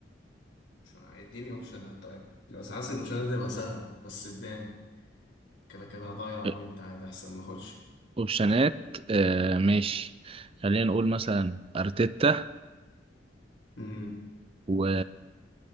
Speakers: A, on the left; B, on the right.
A: مش عارف. اديني اوبشنات طيب بس حاسس الاوبشنات هتبقى سهلة بس اداني كده كده هضيع بوينت
B: آه،
A: عادي احسن ما اخدش
B: اوبشنات آه ماشي خلينا نقول مثلا ارتيتا
A: امم
B: و